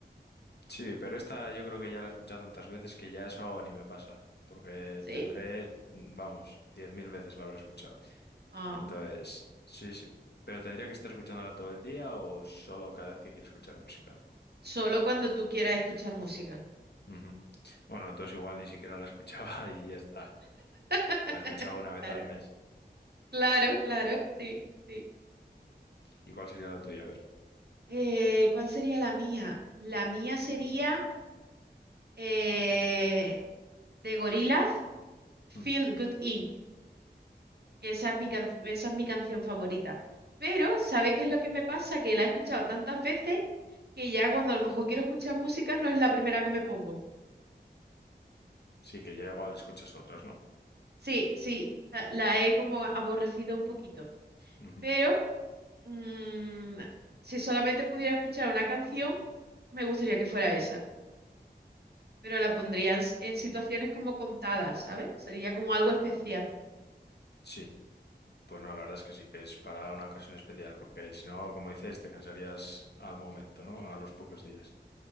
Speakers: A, on the left; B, on the right.
A: Sí, pero esta yo creo que ya la he escuchado tantas veces que ya eso ni me pasa. Porque
B: ¿sí?
A: tendré, vamos, 10.000 veces la habré escuchado.
B: Ah,
A: Entonces, sí, sí. Pero tendría que estar escuchándola todo el día o solo cada vez que quiero escuchar música.
B: solo cuando tú quieras escuchar música.
A: Ujú. Bueno, entonces igual ni siquiera la escuchaba <laughs> y ya está.
B: <laughs>
A: La escuchaba una vez
B: Claro,
A: al mes.
B: claro, claro, sí, sí.
A: ¿Y cuál sería la tuya? A ver.
B: Eh, ¿cuál sería la mía? La mía sería eh, de Gorillaz, Feel
A: Mm.
B: Good Inc. Esa es mi can- esa es mi canción favorita. Pero, ¿sabe qué es lo que me pasa? Que la he escuchado tantas veces que ya cuando a lo mejor quiero escuchar música no es la primera que me pongo.
A: Sí, que ya igual escuchas otras, ¿no?
B: Sí, sí, la, la he como aborrecido un poquito.
A: Ujú.
B: Pero, mm, si solamente pudiera escuchar una canción, me gustaría que fuera esa. Pero la pondría en, s- en situaciones como contadas, ¿sabes? Sería como algo especial.
A: Sí. Pues no, la verdad es que sí, que es para una ocasión especial, porque si no, como dices, te cansarías al momento, ¿no? A los pocos días.